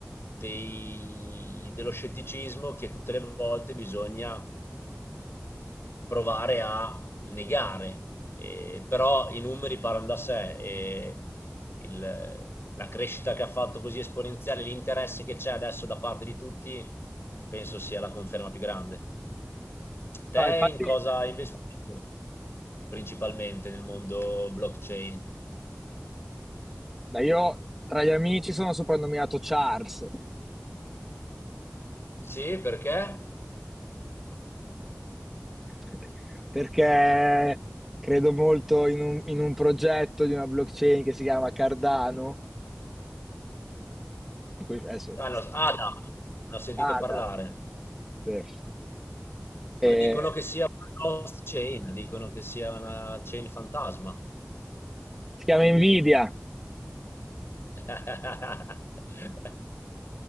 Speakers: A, on the left; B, in the centre.
A: dei- dello scetticismo che tutte le volte bisogna provare a negare. Eh, però i numeri parlano da sé e il- la crescita che ha fatto così esponenziale, l'interesse che c'è adesso da parte di tutti, penso sia la conferma più grande. Te
B: No, infatti,
A: in cosa hai investito principalmente nel mondo blockchain?
B: ma io tra gli amici sono soprannominato Charles
A: Sì, perché?
B: <laughs> perché credo molto in un, in un progetto di una blockchain che si chiama Cardano, di cui adesso
A: Ah, no, Ada, ne ho sentito
B: Ada,
A: parlare,
B: sì.
A: ma
B: E
A: dicono che sia una ghost chain, dicono che sia una chain fantasma.
B: si chiama Nvidia.
A: <laughs>